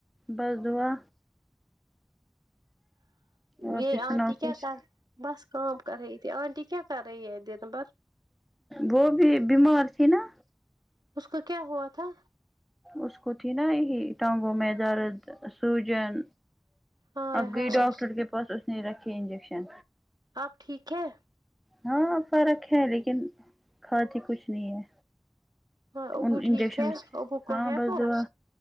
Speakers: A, in the centre; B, on the right.
A: بس دعا اور
B: یہ
A: بھی سناؤ
B: آنٹی
A: کچھ
B: کیا کر بس کام کر رہی تھی آنٹی کیا کر رہی ہے دن بھر
A: وہ بھی بیمار تھی نا
B: اس کو کیا ہوا تھا
A: اس کو تھی نا یہی ٹانگوں میں درد سوجن
B: ہائے
A: اب
B: ہائے
A: گئی ڈاکٹر کے پاس اس نے رکھی انجیکشن
B: آپ ٹھیک ہے
A: ہاں فرق ہے لیکن کھاتی کچھ نہیں ہے
B: ہاں ابو
A: ان انجیکشن
B: ٹھیک ہے
A: سے
B: ابو کو
A: ہاں
B: ہے
A: بس
B: فرق
A: دعا